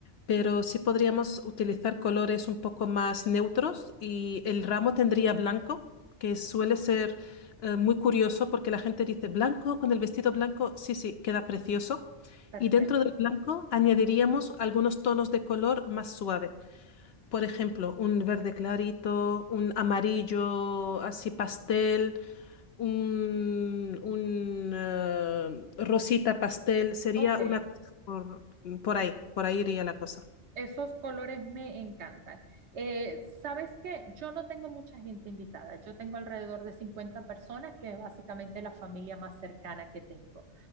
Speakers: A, on the left (about 65°); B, on the right (about 75°).
A: pero sí podríamos utilizar colores un poco más neutros y el ramo tendría blanco, que suele ser eh, muy curioso porque la gente dice blanco con el vestido blanco, sí, sí, queda precioso.
B: perfecto.
A: Y dentro del blanco añadiríamos algunos tonos de color más suave. Por ejemplo, un verde clarito, un amarillo así pastel, un, un eh, rosita pastel, sería
B: Ok,
A: una cosa por, por ahí, por ahí iría la cosa.
B: esos colores me encantan. Eh, ¿sabes qué? Yo no tengo mucha gente invitada. Yo tengo alrededor de 50 personas, que es básicamente la familia más cercana que tengo.